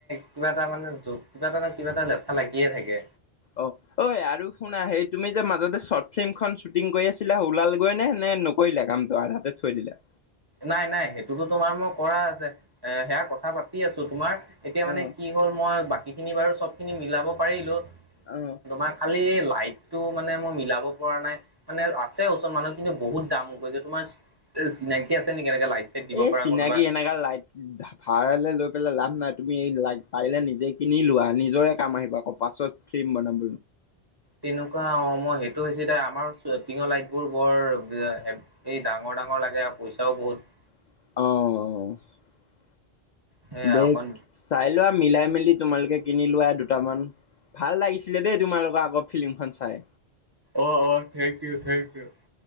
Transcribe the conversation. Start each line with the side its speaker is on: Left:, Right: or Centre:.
Right: কিবা এটা মানে যত কিবা এটা ন কিবা এটা লেঠা লাগিয়ে থাকে।
Left: অ' ঐ আৰু শুনা, সেই তুমি যে মাজতে শ্বৰ্ট ফিল্মখন শ্বুটিং কৰি আছিলা, ওলাল গৈ নে? নে নকৰিলা কামটো আধাতে থৈ দিলা?
Right: নাই - নাই, সেইটোতো তোমাৰ মই কৰাই আছে। এ সেয়া কথা পাতি আছোঁ, তোমাৰ? এতিয়া মানে
Left: অ
Right: কি হ'ল মই বাকীখিনি বাৰু চব খিনি মিলাব পাৰিলোঁ
Left: অ।
Right: তোমাৰ খালি টটো মানে মই মিলাব পৰা নাই, মানে আছে ওচৰত মানুহ কিন্তু বহুত দাম গৈ যে তোমাৰ চিনাকী আছে নেকি এনেকে লাইট চাইট দিব
Left: এই
Right: পৰা
Left: চিনাকি
Right: কোনোবা
Left: এনেকা লাইট ভাড়ালে লৈ পেলাই লাভ নাই। তুমি লাইট পাৰিলে নিজে কিনি লোৱা, নিজৰে কাম আহিব আকৌ, পাছত ফিল্ম বনাব
Right: তেনেকুৱা অ' মই সেইটো হৈছে দে আমাৰ টিঙৰ লাইট বোৰ বৰ এই ডাঙৰ ডাঙৰ ডাঙৰ লাগে আৰু পইচাও বহুত।
Left: অ' অ'।
Right: সেয়া
Left: দে,
Right: অকণ
Left: চাই লোৱা মিলাই মেলি তোমালোকে কিনি লোৱা দুটামান। ভাল লাগিছিলে দেই তোমালোকৰ আগৰ ফিল্মখন চাই।
Right: অ' অ' থেংক ইউ থেংক ইউ।